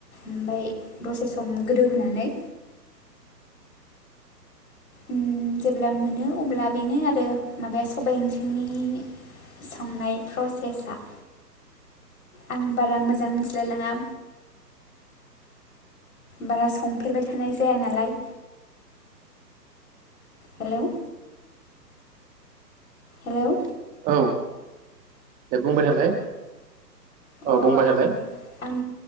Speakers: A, on the left (about 55°); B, on the right (about 15°).
A: ओमफ्राय दसे सम गोदौहोनानै उम जेब्ला मोनो अब्ला बेनो आरो माबाया सबाइ ओंख्रिनि संनाय प्रसेसआ। आं बारा मोजां मिथिलायलाङा बारा संफेरबाय थानाय जाया नालाय। हेल' हेल'
B: औ दे बुंबाय थालाय औ
A: अ
B: बुंबाय थालाय
A: आं आं